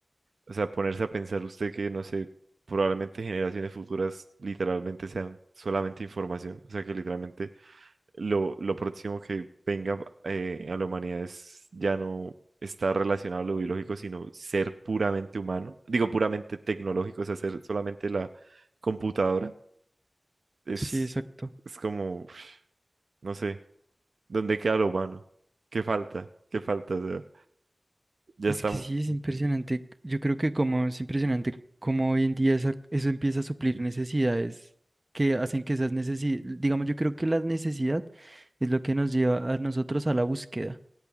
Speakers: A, on the right; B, on the right.
A: O sea, ponerse a pensar usted que, no sé, probablemente generaciones futuras literalmente sean solamente información. O sea, que literalmente lo, lo próximo que venga eh, a la humanidad es ya no estar relacionado a lo biológico, sino ser puramente humano. Digo, puramente tecnológico, o sea, ser solamente la computadora. Es,
B: Sí, exacto.
A: es como, uf, no sé, ¿dónde queda lo humano? ¿Qué falta? ¿Qué falta? O sea, ya
B: Es
A: está,
B: que sí, es impresionante. Yo creo que como es impresionante cómo hoy en día esa- eso empieza a suplir necesidades que hacen que esas necesidades, digamos, yo creo que la necesidad es lo que nos lleva a nosotros a la búsqueda,